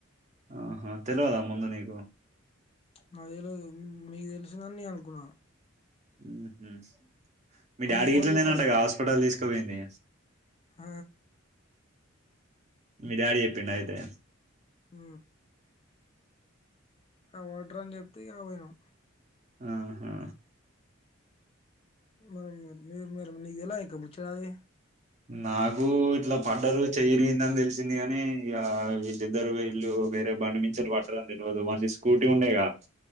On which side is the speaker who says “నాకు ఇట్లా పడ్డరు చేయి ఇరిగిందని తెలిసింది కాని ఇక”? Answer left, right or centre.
Right